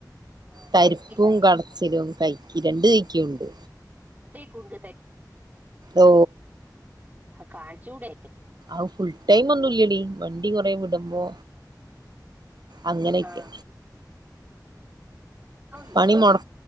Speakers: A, on the right (about 25°); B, on the right (about 75°).
A: ആഹ്
B: തരിപ്പും
A: കടച്ചിലില്ലേ
B: കട യോം കൈക്കി രണ്ട് കൈക്കുണ്ട്.
A: രണ്ടേക്കും ഉണ്ട്
B: ഓ
A: അഹ് കാണിച്ചൂടെ?
B: അഹ് ഫുൾ ടൈം ഒന്നുല്ലടി വണ്ടി കൊറേ വിടുമ്പോ അങ്ങനെയൊക്കെ
A: ആഹ് ഇപ്പളും ഇല്ലല്ലേ
B: പണി മൊട്